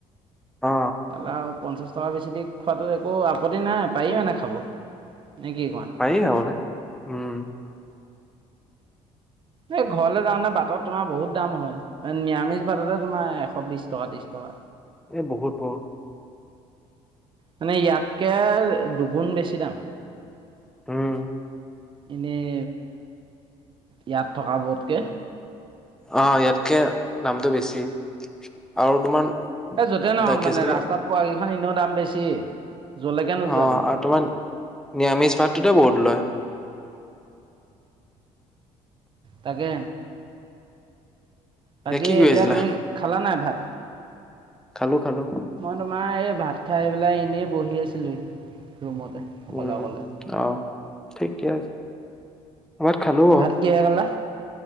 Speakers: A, in the centre; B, on the right (about 40°).
A: অ।
B: তালাও পঞ্চাছ টকা বেছি দি খোৱাটো একো আপত্তি নাই পায়ি মানে খাব নে কি কোৱা।
A: পাৰি আৰু খাবলে উম।
B: এই ঘৰলে যাওতে বাটত তোমাৰ বহুত দাম হয় নিৰামিষ ভাততে তোমাৰ এশ বিশ টকা তিছ। তো।
A: এই বহুত বহুত।
B: মানে ইয়াতকে দুগুণ বেছি দাম।
A: উম
B: এনেই ইয়াত থকা বোৰতকে।
A: অ ইয়াতকে দামটো বেছি আৰু তোমাৰ।
B: এই য'তেই নহওক
A: দা কি
B: মানে
A: আছিলে
B: ৰাস্তাত পোৱা কেইখন ইনেও দাম বেছি। য'লৈকে নোযোৱা
A: অ',
B: তুমি।
A: আৰু তোমাৰ, নিৰামিষ ভাতটোতে বহুত লয়।
B: তাকে বাকী
A: কি কৰি
B: এতিয়া
A: আছিলা?
B: তুমি খালা নাই ভাত?
A: খালো খালো।
B: মই তোমাৰ এই ভাত খাই পেলাই এনেই বহি আছিলো ৰুমতে। অকলে
A: উম
B: অকলে।
A: অ ঠিকে আছে ভাত খালো
B: ভাত
A: অ।
B: কিহে খালা।